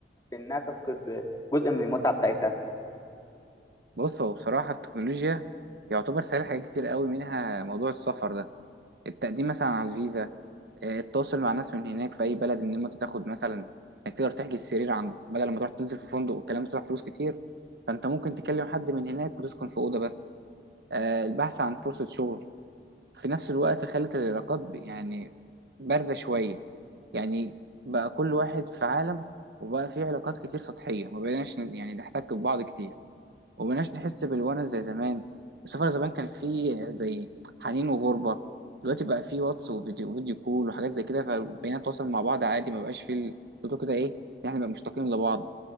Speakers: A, on the left; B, on the right.
A: في انها تفقد جزء من المتعه بتاعتها
B: بص هو بصراحة التكنولوجيا يعتبر سهل حاجات كتير قوي منها موضوع السفر ده التقديم مثلا على الفيزا آه، التواصل مع ناس من هناك في اي بلد ان انت تاخد مثلا انك تقدر تحجز سرير عن بدل ما تروح تنزل في فندق والكلام ده بتدفع فلوس كتير فانت ممكن تكلم حد من هناك وتسكن في اوضه بس آه، البحث عن فرصة شغل في نفس الوقت خلت العلاقات ب- يعني باردة شوية يعني بقى كل واحد في عالم وبقى في علاقات كتير سطحية ما بقيناش ن- يعني نحتك ببعض كتير ومبقناش نحس بالونس زي زمان السفر زمان كان فيه زي حنين وغربة دلوقتي بقى فيه واتس وفيديو فيديو كول وحاجات زي كده فبقينا نتواصل مع بعض عادي ما بقاش فيه صوته كده ايه إن احنا نبقى مشتاقين لبعض